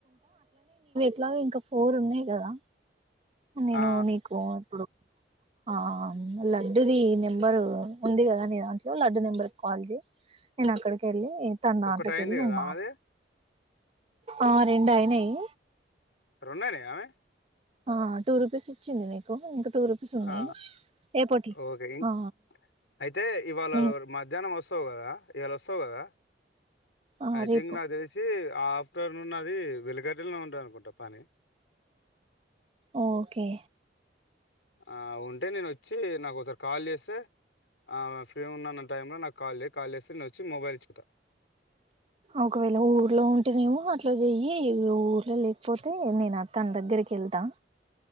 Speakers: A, on the right; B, on the left.
A: అట్లాగ ఇంకా ఫోర్ ఉన్నాయి కదా నేను
B: ఆ
A: నీకుడు ఆ లడ్డుది నెంబరు ఉంది కదా నీ దాంట్లో లడ్డు నెంబర్ కాల్జి నేను అక్కడికి వెళ్ళి ఏ తన నాటలకి
B: ఒకటి అయింది
A: వెళ్ళ
B: కదా
A: నేను
B: ఆమెది
A: మాట్లా ఆ రెండు అయినాయి
B: రొన్నానే ఆమెే
A: ఆ టూ రూపీస్ వచ్చింది నీకు ఇంకా టూ రూపీస్ ఉన్నాయి
B: ఆ
A: రేపటి
B: ఓకే, ఇం
A: ఆ
B: అయితే ఇవాళ
A: నే
B: మధ్యానం వస్స్ వ్ కదా ఇయల వస్సవ్ కదా
A: ఆ
B: ఐథింక్
A: రేపు
B: నా థెల్సి ఆఫ్టర్నూన్ అది వెలికట్టల్నొ ఉంటాది అనుకుంటా పని
A: ఓకే
B: ఆ ఉంటే నేను వచ్చి నాకు ఒకసారి కాల్ చేస్సే, ఆ ఫ్రీ ఉన్నన్న టైంలో నాకు కాల్ చే కాల్ లేస్సే నేనుచ్చి మొబైల్ ఇచ్చిపొత
A: ఒకవేళ ఊర్లో ఉంటేనేమో అట్ల జెయ్యి ఊర్లో లేక్పోతే నేన తన్ దగ్గరికి ఎళ్తా